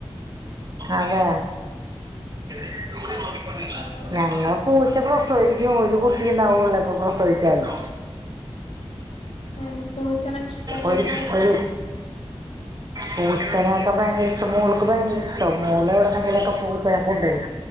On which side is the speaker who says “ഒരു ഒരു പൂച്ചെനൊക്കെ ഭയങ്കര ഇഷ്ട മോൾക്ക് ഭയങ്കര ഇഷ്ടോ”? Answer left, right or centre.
Right